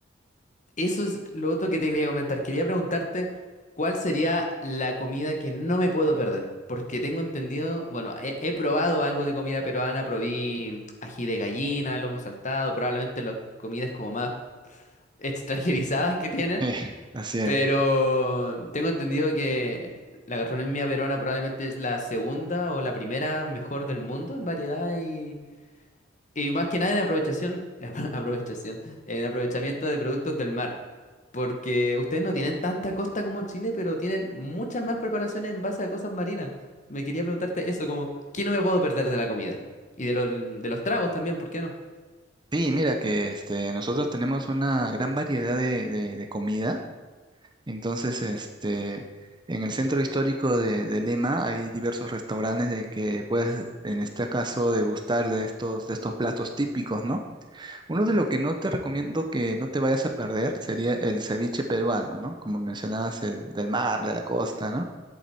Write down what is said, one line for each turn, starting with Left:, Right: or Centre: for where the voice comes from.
Left: Eso es lo otro que te quería comentar. Quería preguntarte cuál sería la comida que no me puedo perder. Porque tengo entendido, bueno, he, he probado algo de comida peruana, probé ají de gallina, lomo saltado, probablemente las comidas como más <laughs> extranjerizadas que tienen.
Right: Sí, así es.
Left: Pero tengo entendido que la gastronomía peruana probablemente es la segunda o la primera mejor del mundo en variedad y, y más que nada en aprovechación, <laughs> aprovechación, en aprovechamiento de productos del mar. Porque ustedes no tienen tanta costa como Chile, pero tienen muchas más preparaciones en base a cosas marinas. Me quería preguntarte eso, como, ¿qué no me puedo perder de la comida? Y de los, de los tragos también, ¿por qué no?
Right: Sí, mira que este, nosotros tenemos una gran variedad de, de- de comida. Entonces, este, en el centro histórico de, de Lima hay diversos restaurantes de que puedes, en este caso, degustar de estos, de estos platos típicos, ¿no? Uno de lo que no te recomiendo que no te vayas a perder sería el ceviche peruano, ¿no? Como mencionabas, el del mar, de la costa, ¿no?